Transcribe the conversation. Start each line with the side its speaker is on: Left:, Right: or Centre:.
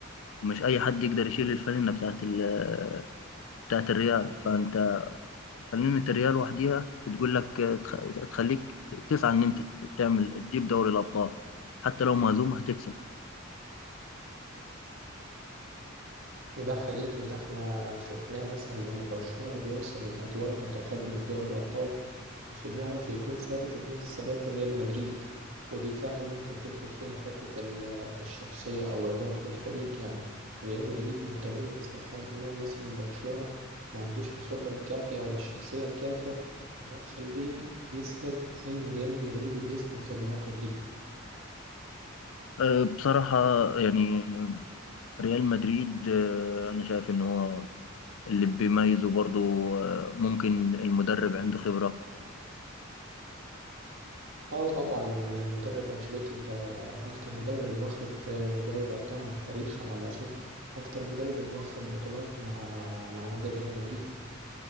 Left: ومش اي حد يقدر يشيل الفالنة بتاعت ال- بتاعت الريال فانت فالنة الريال وحديها بتقول لك آه، تخ- تخليك تسعى ان انت تعمل تجيب دوري الابطال حتى لو مهزوم هتكسب
Right: ده حقيقي وده احنا شفناه مثلا لما برشلونة بيوصل الأدوار متقدمة في دوري الأبطال مش بيعرف يكون ثابت بنفس ثبات ريال مدريد ودي فعلا ممكن تفرق فيها حتة ال- الشخصية أو الروح للفريق يعني ريال مدريد متميز في الحوار ده إنما مثلا برشلونة ما عندوش الخبرة الكافية ولا الشخصية الكافية إن هو تخليه يثبت زي ما ريال مدريد بيثبت في المواقف دي
Left: آه، بصراحة يعني ريال مدريد آه، انا شايف ان هو اللي بيميزه برضو آه، ممكن المدرب عنده خبرة
Right: اه طبعا المدرب انشيلوتي ده اكتر مدرب واخد آه، دوري الابطال على التاريخ على ما اظن اكتر مدرب واخد بطولات مع مع نادي ريال مدريد